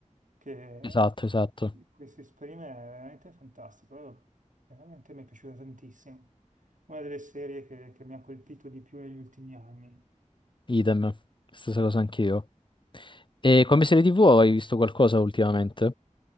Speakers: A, on the right; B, on the left.
A: che
B: Esatto, esatto.
A: di cui si esprime, è veramente fantastico. Io- Veramente mi è piaciuta tantissimo. Una delle serie che, che mi ha colpito di più negli ultimi anni.
B: Idem. Stessa cosa anch'io. E come serie TV hai visto qualcosa ultimamente?